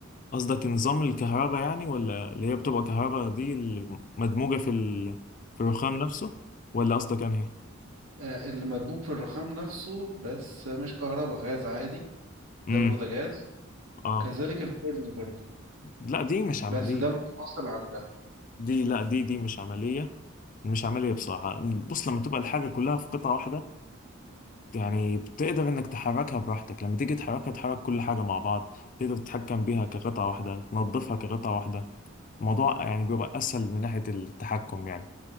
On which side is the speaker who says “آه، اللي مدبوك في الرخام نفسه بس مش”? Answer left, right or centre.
Right